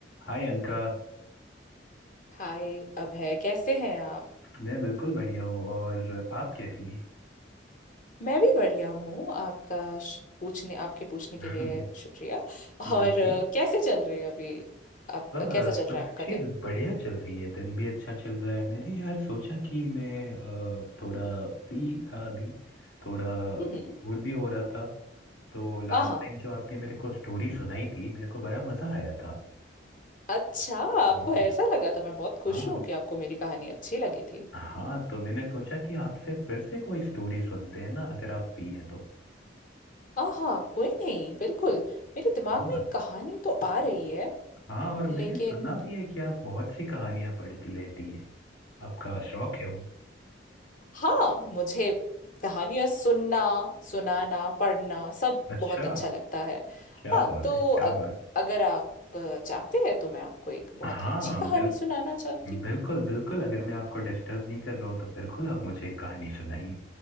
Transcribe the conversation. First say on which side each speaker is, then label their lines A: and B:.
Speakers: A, on the left; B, on the left.
A: हाय अनका
B: हाय अभय कैसे हैं आप
A: मैं बिल्कुल बढ़िया हूँ और आप कैसी हैं
B: मैं भी बढ़िया हूँ आपका श- पूछने आपके पूछने
A: <laughs>
B: के लिए शुक्रिया
A: बिल्कुल
B: और अ, कैसे चल रही है अभी आप
A: बस
B: कैसा चल
A: सब
B: रहा है आपका
A: चीज़
B: दिन
A: बढ़िया चल रही है दिन भी अच्छा चल रहा है मैंने यार सोचा कि मैं अ, थोड़ा फ्री था अभी थोड़ा
B: हम्म हम्म,
A: बोर भी हो रहा था तो लास्ट
B: हाँ हाँ
A: टाइम जो आपने मेरे को स्टोरी सुनाई थी मेरे को बड़ा मज़ा आया था
B: अच्छा आपको
A: हम्म,
B: ऐसा लगा था मैं बहुत खुश
A: हाँ
B: हूँ कि आपको मेरी कहानी अच्छी लगी थी
A: हाँ तो मैंने सोचा कि आपसे फिर से कोई स्टोरी सुनते हैं ना अगर आप फ्री हैं तो
B: हाँ हाँ कोई नहीं बिल्कुल मेरे दिमाग
A: हाँ
B: में एक कहानी तो आ रही है
A: हाँ और
B: लेकिन
A: मैंने सुना भी है कि आप बहुत सी कहानियां पढ़ती रहती हैं आपका शौक है वो
B: हाँ मुझे कहानियां सुनना सुनाना पढ़ना सब
A: अच्छा
B: बहुत अच्छा लगता है
A: क्या
B: हाँ
A: बात
B: तो
A: है क्या
B: अग,
A: बात
B: अगर आप अ, चाहते हैं तो मैं आपको एक बहुत
A: हाँ
B: ही अच्छी कहानी
A: बिल,
B: सुनाना चाहती हूँ
A: बिल्कुल बिल्कुल अगर मैं आपको डिस्टर्ब नहीं कर रहा हूँ तो बिल्कुल आप मुझे एक कहानी सुनाइए